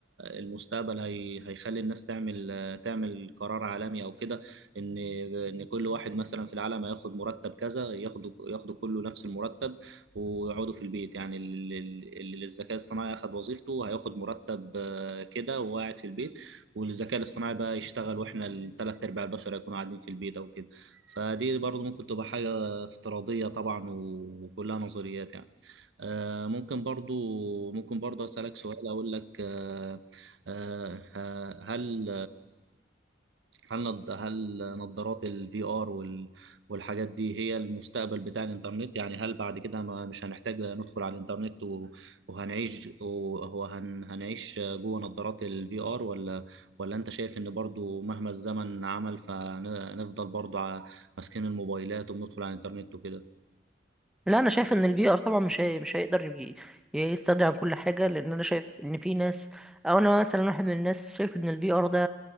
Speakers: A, on the right (about 80°); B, in the centre.
A: المستقبل هي هيخلي الناس تعمل آه، تعمل قرار عالمي او كده ان ان كل واحد مثلا في العالم هياخد مرتب كذا ياخدوا ياخدوا كله نفس المرتب ويقعدوا في البيت يعني اللي اللي الذكاء الصناعي اخد وظيفته هياخد مرتب آه، كده وهو قاعد في البيت والذكاء الاصطناعي بقى يشتغل واحنا الثلاث ارباع البشر هيكونوا قاعدين في البيت او كده فدي برضه ممكن تبقى حاجة افتراضية طبعا وكلها نظريات يعني آه، ممكن برضو ممكن برضو أسألك سؤال أقول لك آه، آه، آه، هل هل نض- هل نظارات الفي ار والحاجات دي هي المستقبل بتاع الإنترنت يعني هل بعد كده ما مش هنحتاج ندخل على الإنترنت و- وهنعيش وهو هن- هنعيش جوه نظارات الفي ار ولا ولا أنت شايف إن برضو مهما الزمن عمل فنفضل برضو ع- ماسكين الموبايلات وبندخل على الإنترنت وكده
B: لا انا شايف ان الفي ار طبعا مش هي... مش هيقدر يجي يستغني عن كل حاجه لان انا شايف ان في ناس او انا مثلا واحد من الناس شايف ان الفي ار ده